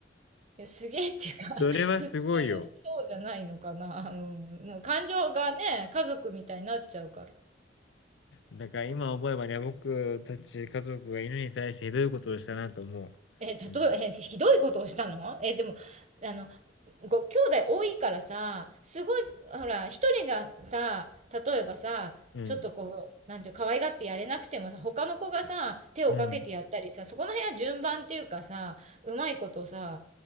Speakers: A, on the right; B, on the left.
A: いやすげえっていうか、
B: それはすごいよ。
A: <laughs> 普通そうじゃないのかな。うん、もう感情がね、家族みたいになっちゃうから。
B: だから今思えばね、僕たち家族が犬に対してひどいことをしたなと思
A: え、例え、
B: う。うん。
A: え、ひどいことをしたのえ、でも、あの、ご兄弟多いからさ、すごい、ほら、一人がさ、例えばさ、
B: うん。
A: ちょっとこう、なんていう、可愛がってやれなくてもさ、他の子がさ、手をかけてやったりさ、
B: うん。
A: そこの辺は順番っていうかさ、うまいことさ、